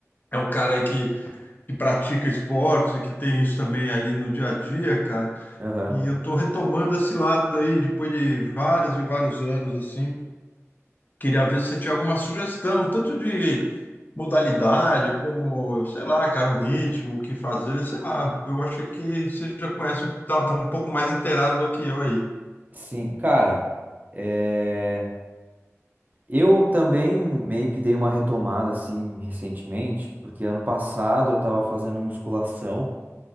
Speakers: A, on the left; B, on the right.
A: é um cara aí que, que pratica esportes e que tem isso também ali no dia a dia, cara.
B: Aham.
A: E eu tô retomando esse lado aí depois de vários e vários anos, assim. Queria ver se você tinha alguma sugestão, tanto de modalidade, como, sei lá, cara, o ritmo, o que fazer, sei lá. Eu achei que você já conhece, tá, tá um pouco mais inteirado do que eu aí.
B: Sim, cara, é, eu também meio que dei uma retomada assim recentemente, porque ano passado eu tava fazendo musculação,